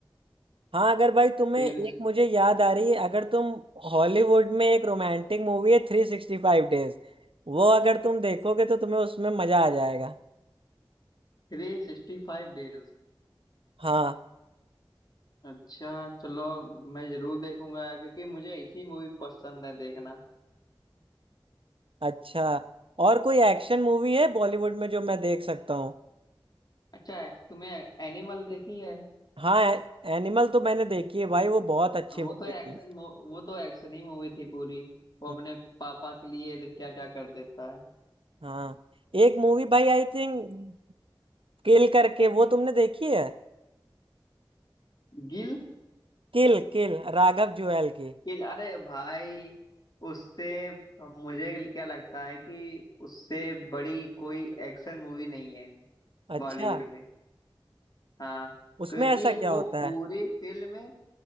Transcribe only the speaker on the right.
हाँ अगर भाई तुम्हें
एक मुझे याद आ रही है अगर तुम हॉलीवुड में एक रोमांटिक मूवी है थ्री सिक्सटी फाइव डेज वो अगर तुम देखोगे तो तुम्हें उसमें मजा आ जाएगा
हाँ
अच्छा और कोई एक्शन मूवी है बॉलीवुड में जो मैं देख सकता हूँ
हाँ एनिमल तो मैंने देखी है भाई वो बहुत अच्छी
मूवी
थी
हम्म,
हाँ एक मूवी भाई आई थिंक किल करके वो तुमने देखी है
किल किल राघव जुएल की
अच्छा
उसमें
ऐसा क्या
होता
है